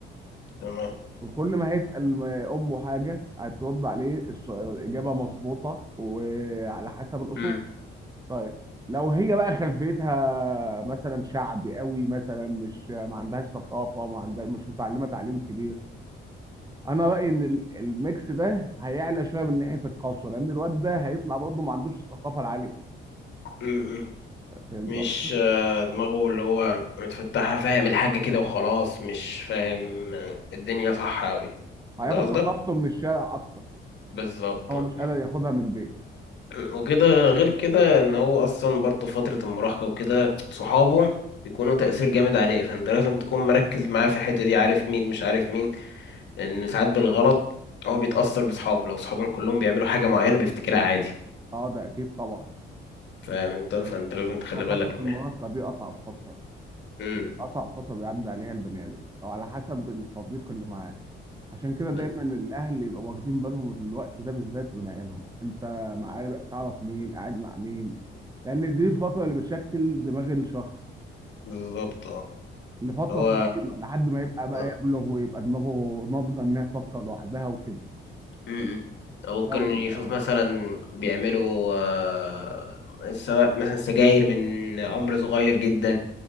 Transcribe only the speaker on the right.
وكل ما هيسال م- امه حاجه هترد عليه السؤال الاجابه مظبوطه وعلى حسب الاصول
طيب لو هي بقى خلفيتها مثلا شعبي قوي مثلا مش ما عندهاش ثقافه ما عندها مش متعلمه تعليم كبير انا رايي ان ال- الميكس ده هيعلى شويه من ناحيه القسوه لان الواد ده هيطلع برضه ما عندوش الثقافه العاليه
فهمت
قصدي؟
هياخد
ثقافته من الشارع اكتر
هو
مش قادر ياخدها من البيت
اه ده اكيد طبعا
آه،
لو فترة
المراهقة
دي اصعب فترة
اصعب فترة بيعدي عليها البني ادم او على حسب الصديق اللي معاه عشان كده
دايما الاهل يبقوا واخدين بالهم في الوقت ده بالذات من عيالهم انت معاه تعرف مين قاعد مع مين لان دي الفترة اللي بتشكل دماغ الشخص
لفترة
طويلة لحد ما يبقى بقى
يبلغ ويبقى دماغه ناضجة انها تفكر لوحدها وكده
لو-